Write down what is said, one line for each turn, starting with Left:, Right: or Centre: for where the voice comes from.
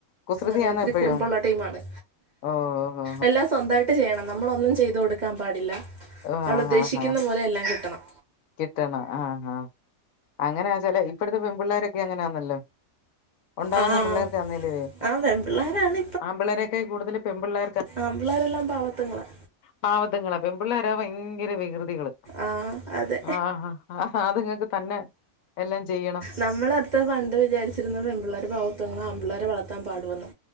Left: കുസൃതിയാന്നോ
Right: ആഹ് ഇത്തിരി
Left: എപ്പഴും
Right: കുറുമ്പുള്ള ടീമാണ്
Left: ഓ ഓ
Right: എല്ലാസ്വന്തായി ട്ട് ചെയ്യണം നമ്മളൊന്നും ചെയ്ത് കൊടുക്കാപാടില്ല
Left: ഓ ആ
Right: അവളുദ്ദേശിക്കുന്ന
Left: ആ ആ
Right: പോലെ എല്ലാം കിട്ടണം
Left: കിട്ടണം ആഹ് ആഹ് അങ്ങന ചെല ഇപ്പോഴ്ത്തെ പെമ്പിള്ളരൊക്കെങ്ങനാന്നല്ലോ ഒണ്ടാവുന്ന
Right: ആഹ്
Left: പിള്ളേർക്കാന്നേലുവേ
Right: ആഹ് പെൺപിള്ളേരാണ്
Left: ആമ്പിള്ളേരെക്കെ കൂട്തല് പെമ്പിള്ളേ
Right: ആപിള്ളേരെല്ലാം പാവത്ത്ങ്ങളാ
Left: പാവത്ത്ങ്ങളാ പെപിള്ളേരാ ഭയങ്കര വികൃതികള്
Right: ആഹ് അതെ
Left: ആഹ് അത്ങ്ങക്ക് തന്നെ എല്ലാം ചെയ്യണം.
Right: നമ്മളത്താ പണ്ട് വിചാരിച്ചിരുന്നത് പെപിള്ളാര് പാവത്ത്ങ്ങളാ ആപിള്ളാരെ വളർത്താൻ പാടുവോന്നാ